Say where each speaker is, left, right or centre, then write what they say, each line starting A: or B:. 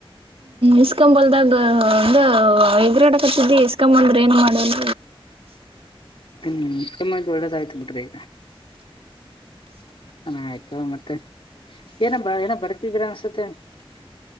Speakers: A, on the right (about 70°); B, on the left (about 65°).
A: ಇಸ್ಕೊ ಬಾರ್ದಾಗ <unintelligible> ಎಗ್ರಾಡಕತ್ತಿದ್ದಿ ಇಸ್ಕೊ ಬಂದ್ರ ಏನ್ ಮಾಡಲ್ರಿ.
B: ಹ್ಮ್ ಇಸ್ಕೊಬಂದಿದು ಒಳ್ಳೇದಾಯ್ತು ಬಿಡ್ರಿ. ಆಯ್ತು ಮತ್ತೆ ಏನ ಬ ಏನ ಬರಿತ್ತಿದಿರಾ ಅನ್ಸುತ್ತೆ.